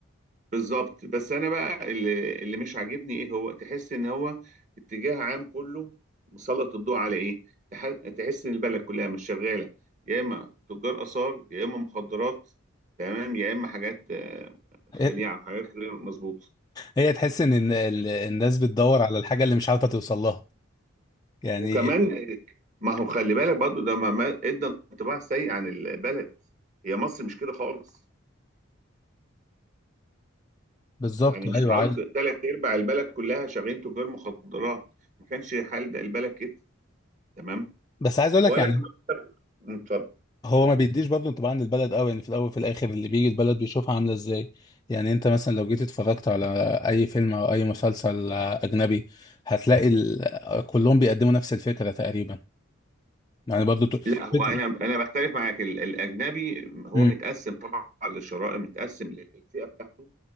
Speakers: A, on the right; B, on the left.
A: بالظبط بس أنا بقى اللي, اللي مش عاجبني إيه هو تحس إن هو اتجاه عام كله مسلط الضوء على إيه تح... تحس إن البلد كلها مش شغالة يا إما تجار آثار يا إما مخدرات تمام يا إما حاجات آه، خليعة
B: هي
A: حاجات غير مظبوطة
B: هي تحس ان إن ال- الناس بتدور على الحاجه اللي مش عارفه توصل لها يعني
A: وكمان ما هو خلي بالك برضه ده ما ما- ادى انطباع سيء عن البلد هي مصر مش كده خالص
B: بالظبط
A: يعني مش
B: ايوه
A: معقول
B: عايز
A: ثلاث ارباع البلد كلها شغالين تجار مخدرات ما كانش حال ده البلد كده تمام
B: بس عايز اقول
A: ولا
B: لك يعني
A: كنا مم، اتفضل
B: هو ما بيديش برضه انطباع عن البلد قوي يعني في الاول وفي الاخر اللي بيجي البلد بيشوفها عامله ازاي يعني انت مثلا لو جيت اتفرجت على اي فيلم او اي مسلسل اجنبي هتلاقي ال... كلهم بيقدموا نفس الفكره تقريبا يعني برضه ت...
A: لا هو
B: فكره
A: انا انا بختلف معاك ال- الاجنبي هو
B: امم
A: متقسم طبعا للشرائح متقسم للفئه بتاعته